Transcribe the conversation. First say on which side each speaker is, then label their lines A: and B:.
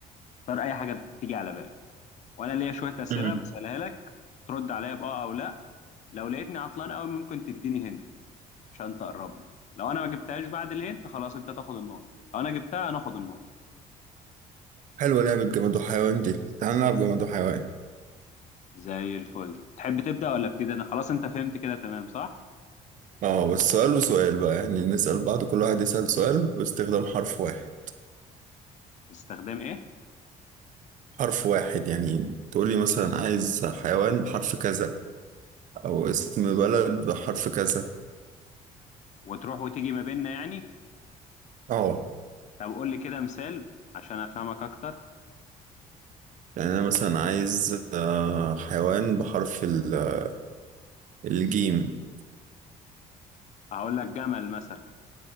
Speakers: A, on the left; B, on the right.
A: اختار اي حاجه تيجي على بالك وانا ليا شويه اسئله
B: مم.
A: بسالها لك ترد عليا باه او لا لو لقيتني عطلان قوي ممكن تديني هند عشان تقربني لو انا ما جبتهاش بعد الهند خلاص انت تاخد النقطه لو انا جبتها انا اخد النقطه
B: حلوه لعبه جماد وحيوان دي تعال نلعب جماد وحيوان
A: زي الفل تحب تبدا ولا ابتدي انا خلاص انت فهمت كده تمام صح
B: اه بس سؤال وسؤال بقى يعني نسال بعض كل واحد يسال سؤال باستخدام حرف واحد
A: باستخدام ايه
B: حرف واحد يعني تقول لي مثلا عايز حيوان بحرف كذا او اسم بلد بحرف كذا
A: وتروح وتيجي ما بيننا يعني
B: اه
A: طب قول لي كده مثال عشان افهمك اكتر
B: يعني انا مثلا عايز آه، حيوان بحرف ال- الجيم
A: هقول لك جمل مثلا